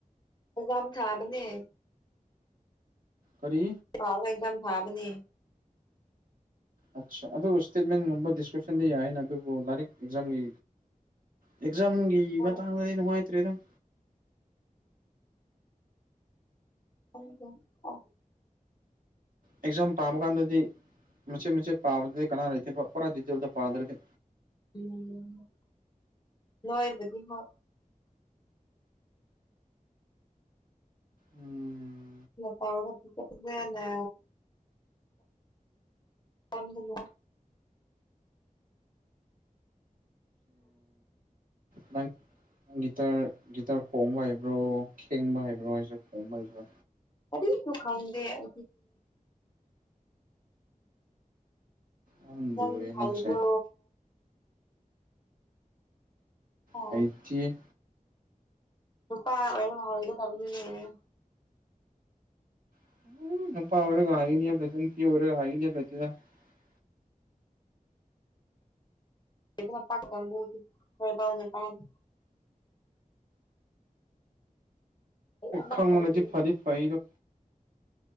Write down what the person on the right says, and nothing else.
ꯀꯔꯤ
ꯑ ꯑꯗꯨ ꯏꯁꯇꯦꯠꯃꯦꯟꯒꯨꯝꯕ ꯗꯤꯁꯀ꯭ꯔꯤꯞꯁꯟꯗ ꯌꯥꯏꯅ ꯑꯗꯨꯕꯨ ꯂꯥꯏꯔꯤꯛ ꯑꯦꯛꯖꯥꯝꯒꯤ ꯑꯦꯛꯖꯝꯒꯤ
ꯃꯇꯥꯡꯗꯗꯤ ꯅꯨꯡꯉꯥꯏꯇ꯭ꯔꯦꯗꯪ
ꯑꯦꯛꯖꯥꯝ ꯄꯥꯕ ꯀꯥꯟꯗꯗꯤ ꯃ ꯎꯆꯆꯦ ꯃ ꯎꯆꯆꯦ ꯄꯥꯕꯗ ꯀꯅꯥ ꯂꯩꯇꯔꯗꯤꯗꯤꯗ ꯄꯥꯗꯦ
ꯎꯝ
ꯅꯪ ꯒꯤꯇꯔ ꯒꯤꯇꯥꯔ ꯈꯣꯡꯕ ꯍꯕ꯭ꯔꯣ ꯈꯦꯡꯕ ꯍꯥꯏꯕ꯭ꯔꯣ ꯍꯥꯏꯁꯦ ꯈꯣꯡꯕ ꯍꯕ꯭ꯔꯥ
ꯌꯥꯝ
ꯂꯨꯔꯦ
ꯅꯪꯁꯦ
ꯀꯩꯆꯦ
ꯎꯝ ꯑꯔ ꯀ ꯄꯔ ꯀ ꯄꯗ
ꯈꯪ
ꯃꯅꯖꯤ ꯐꯥꯗꯤ ꯐꯗ